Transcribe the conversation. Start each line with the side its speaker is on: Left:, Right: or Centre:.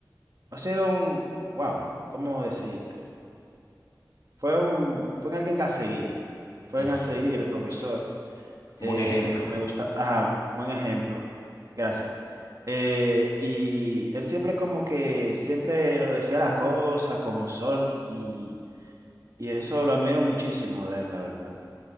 Right: ha sido un, wow, ¿cómo decirte? Fue un, fue alguien a seguir. Fue
Left: Ujú.
Right: a seguir el profesor.
Left: Un
Right: Eh,
Left: buen ejemplo.
Right: me gusta, ajá, buen ejemplo. Gracias. Eh, y él siempre como que, siempre lo decía las cosas como son y, y eso lo admiro muchísimo de él, la verdad.